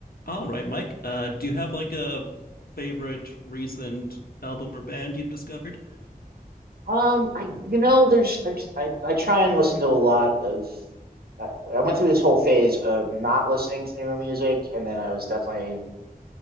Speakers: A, on the left; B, on the right.
A: All right, Mike. Uh, do you have like a favorite recent album or band you've discovered?
B: Um, I you know, there's I just- I I try and listen to a lot of. I, I went through this whole phase of not listening to newer music, and then I was definitely